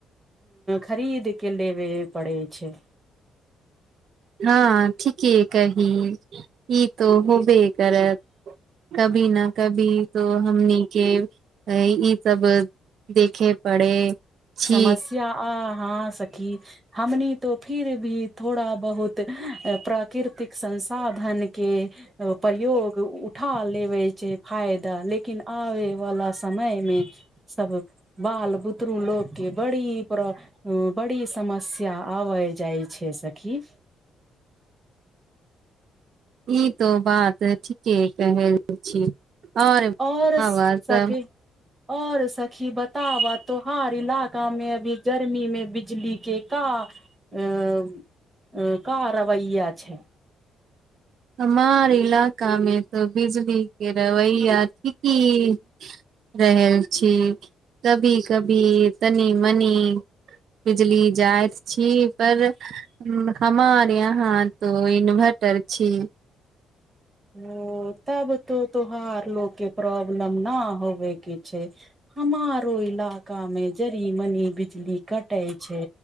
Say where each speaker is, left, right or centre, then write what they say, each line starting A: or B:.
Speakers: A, on the right (about 25°); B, on the right (about 65°).
A: खरीदके लेबे पड़ै छै
B: हँ ठीके कही ई तो होबे करत कभी ने कभी तो हमनीके ई सब देखे पड़े छी
A: समस्या आ हँ सखी हमनी तो फिर भी थोड़ा बहुत प्राकृतिक संसाधन के प्रयोग उठा लेबे छै फायदा लेकिन आबय वाला समय मे सब बाल बुत तरू लोक के बड़ी प्र <unintelligible> बड़ी समस्या आबै जाइ छै सखी
B: ई तो बात ठीके कहै छी आओर
A: और सखी
B: आबत
A: और सखी बताबह तोहार इलाका में अभी गर्मी मे बिजली के का एं का रवैया छै
B: हमार इलाका मे तऽ बिजली के रवैया ठीकी रहल छी कभी कभी तनी मनी बिजली जाइत छी पर हमार यहाँ तो इन्भर्टर छी
A: ओ तब तो तो बर लोग के प्रॉब्लम न होबयके छै हमारो इलाकामे जरी मनी बिजली कटे छै